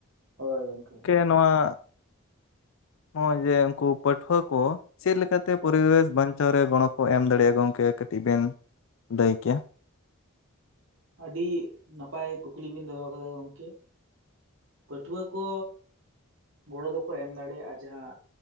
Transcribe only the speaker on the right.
ᱦᱳᱭ ᱜᱚᱝᱠᱮ ᱾
ᱦᱳᱭ
ᱟᱹᱰᱤ ᱱᱟᱯᱟᱭ ᱠᱩᱠᱞᱤ ᱵᱤᱱ ᱫᱚᱦᱚ ᱠᱟᱫᱟ ᱜᱚᱝᱠᱮ᱾ ᱯᱟᱹᱴᱷᱩᱣᱟᱹ ᱠᱚ᱾ ᱜᱚᱲᱚ ᱫᱚᱠᱚ ᱮᱢ ᱫᱟᱲᱮᱭᱟᱜᱼᱟ᱾ ᱡᱟᱦᱟᱸ